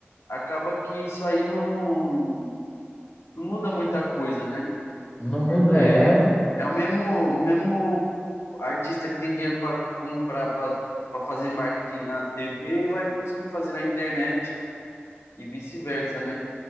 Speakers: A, on the left; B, on the left.
A: acaba que isso aí não, não muda muita coisa, né?
B: Não muda.
A: Porque
B: É.
A: é o mesmo, o mesmo artista que tem dinheiro para comprar, para fazer marketing na TV, vai conseguir fazer na internet e vice-versa, né?